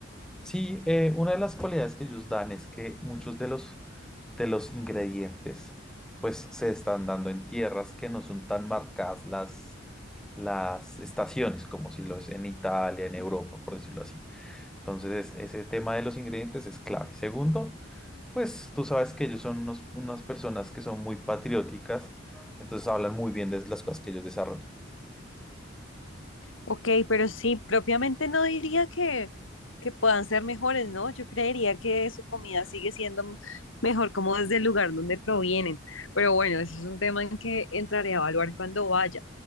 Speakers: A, in the centre; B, on the left (about 80°).
A: Sí, eh, una de las cualidades que ellos dan es que muchos de los, de los ingredientes pues se están dando en tierras que no son tan marcadas las, las estaciones, como si lo es en Italia, en Europa, por decirlo así. Entonces, ese tema de los ingredientes es clave. Segundo, pues tú sabes que ellos son unos- unas personas que son muy patrióticas, entonces hablan muy bien de las cosas que ellos desarrollan,
B: Ok, pero sí, propiamente no diría que, que puedan ser mejores, ¿no? Yo creería que su comida sigue siendo mejor como desde el lugar donde provienen. Pero bueno, eso es un tema en que entraré a evaluar cuando vaya.